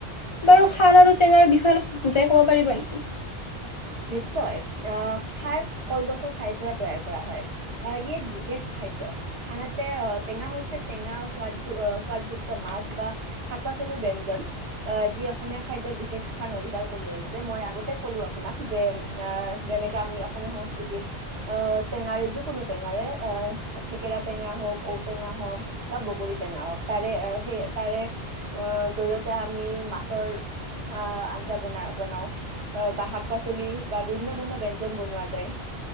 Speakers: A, on the right; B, on the left.
A: হয়।
B: বাৰু খাৰ আৰু টেঙাৰ বিষয়ে অলপ বুজাই কব পাৰিব নেকি?
A: নিশ্চয় আহ খাৰ কলগছৰ চাইৰ পৰা তৈয়াৰ কৰা হয় আহ ই এক বিশেষ খাদ্য আনহাতে আহ টেঙা হৈছে টেঙা সাদ সোৱাদযুক্ত মাছ বা শাক পাচলিৰ ব্যঞ্জন আহ যি অসমীয়া খাদ্যত বিশেষ স্থান অধিকাৰ কৰি আহিছে মই আগতে কলো আপোনাক। যে যেনেকৈ আমি অসমীয়া সংস্কৃতিত টেঙাৰে যিকোনো টেঙাৰে থেকেৰা টেঙা হওক ঔটেঙা হওক বা বগৰী টেঙা হওক তাৰে সেই তাৰে জৰিয়তে আমি মাছৰ আঞ্জা বনা বনাওঁ বা শাক শাক পাচলি বা বিভিন্ন ধৰণৰ ব্যঞ্জন বনোৱা যায়